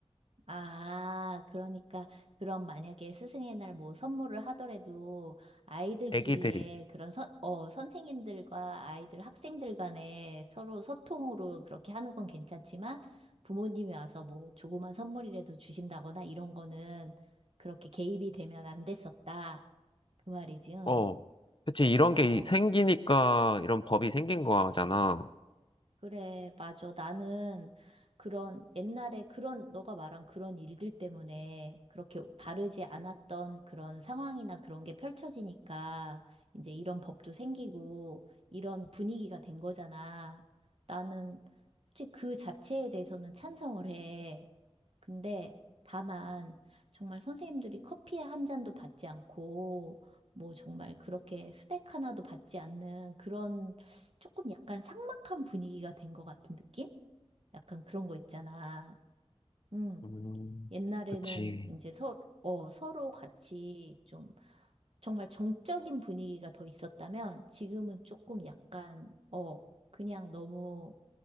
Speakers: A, on the right; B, on the left.
A: 아, 그러니까, 그럼 만약에 스승의 날 뭐 선물을 하더라도 아이들끼리의
B: 애기들이.
A: 그런 선, 어, 선생님들과 아이들, 학생들 간에 서로 소통으로 그렇게 하는 건 괜찮지만 부모님이 와서 뭐 조그만 선물이라도 주신다거나 이런 거는 그렇게 개입이 되면 안 됐었다. 그 말이지, 응.
B: 어, 그치, 이런
A: 어,
B: 게 생기니까 이런 법이 생긴 거잖아.
A: 그래, 맞아. 나는 그런 옛날에 그런 너가 말한 그런 일들 때문에 그렇게 바르지 않았던 그런 상황이나 그런 게 펼쳐지니까 이제 이런 법도 생기고 이런 분위기가 된 거잖아. 나는 솔직히 그 자체에 대해서는 찬성을 해. 근데 다만 정말 선생님들이 커피 한 잔도 받지 않고 뭐 정말 그렇게 스낵 하나도 받지 않는 그런 조금 약간 삭막한 분위기가 된 것 같은 느낌? 약간 그런 거 있잖아. 음,
B: 음,
A: 옛날에는
B: 그치.
A: 이제 서, 어, 서로 같이 좀 정말 정적인 분위기가 더 있었다면 지금은 조금 약간, 어, 그냥 너무,